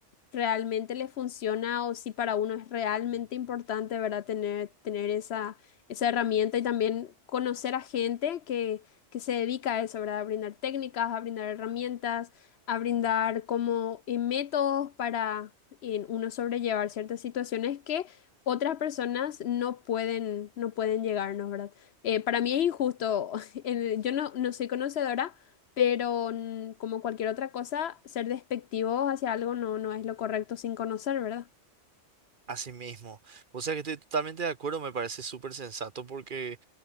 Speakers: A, on the left; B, on the right.
A: realmente le funciona o si para uno es realmente importante, ¿verdad? Tener, tener esa, esa herramienta y también conocer a gente que, que se dedica a eso, ¿verdad? A brindar técnicas, a brindar herramientas, a brindar como eh, métodos para eh, uno sobrellevar ciertas situaciones que... Otras personas no pueden, no pueden llegarnos, ¿verdad? Eh, para mí es injusto. <laughs> eh, Yo no, no soy conocedora, pero mm, como cualquier otra cosa, ser despectivos hacia algo no, no es lo correcto sin conocer, ¿verdad?
B: Así mismo. O sea que estoy totalmente de acuerdo, me parece súper sensato porque...